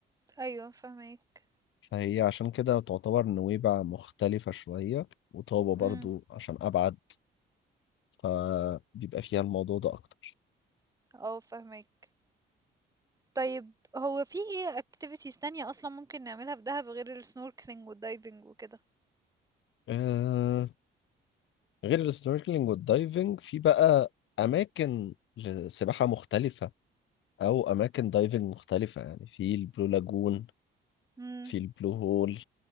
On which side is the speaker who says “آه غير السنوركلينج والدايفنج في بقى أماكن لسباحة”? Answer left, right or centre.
Left